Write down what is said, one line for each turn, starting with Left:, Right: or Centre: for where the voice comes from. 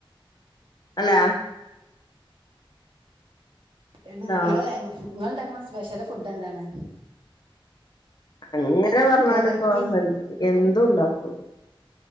Left: ഹലോ
Right: ഇങ്ങള്
Left: ആ
Right: ഇങ്ങള് ഇണ്ടാക്ക്ണെ സ്പെഷ്യല് ഫുഡ് എന്താണ്?
Left: അങ്ങനെ പർഞ്ഞാല്
Right: വെറൈറ്റി
Left: ഇപ്പോ
Right: എന്നാലും
Left: എന്തും ഇണ്ടാക്കും